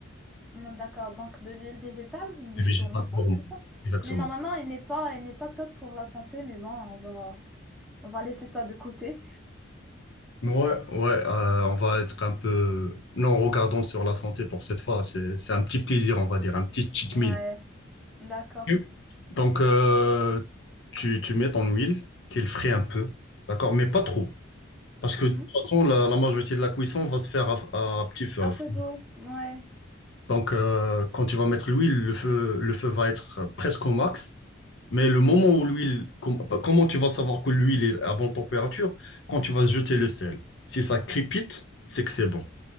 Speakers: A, in the centre; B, on the left.
A: Mm, D'accord, donc de l'huile végétale, de
B: Les végétal
A: tournesol,
B: gourmand.
A: c'est ça.
B: Exactement.
A: Mais normalement, il n'est pas, il n'est pas top pour la santé, mais bon, on va, on va laisser ça de côté.
B: Ouais, ouais, euh, on va être un peu. Non, regardons sur la santé pour cette fois. C'est, c'est un petit plaisir, on va dire, un petit cheat
A: Ouais,
B: meal.
A: d'accord.
B: Ok. Donc, euh, tu, tu mets ton huile, qu'il frais un peu,
A: Mhm.
B: d'accord, mais pas trop. Parce que
A: Mhm.
B: de toute façon, la, la majorité de la cuisson va se faire à, à petit feu.
A: À
B: à fou.
A: feu d'eau, ouais.
B: Donc, euh, quand tu vas mettre l'huile, le feu, le feu va être euh, presque au max. Mais le moment où l'huile, com- bah, comment tu vas savoir que l'huile est à bonne température? Quand tu vas jeter le sel. Si ça crépite, c'est que c'est bon.